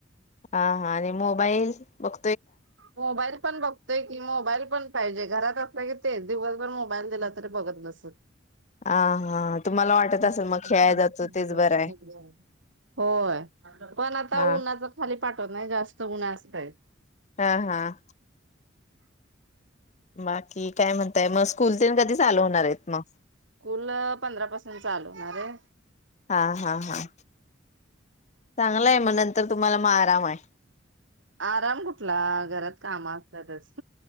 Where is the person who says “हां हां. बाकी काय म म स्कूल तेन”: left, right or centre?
Left